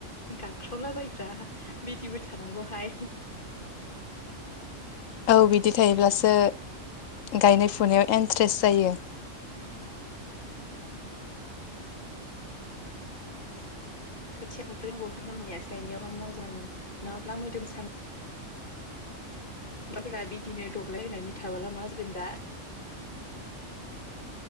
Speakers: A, on the left; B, on the left.
A: गाबस्रावलाबायायग्रा बिदिबो थानांगौहाय
B: औ बिदि थायोब्लासो गायनाय फुनायाव इन्ट्रेस्ट जायो।
A: खोथिया फुख्रिेंहाय हनियासो गायनायावहाय मोजां नङाब्ला मोदोम सा नाफोरा बिदिनो दब्लाय होनानै थाबोला मा जोगोन दा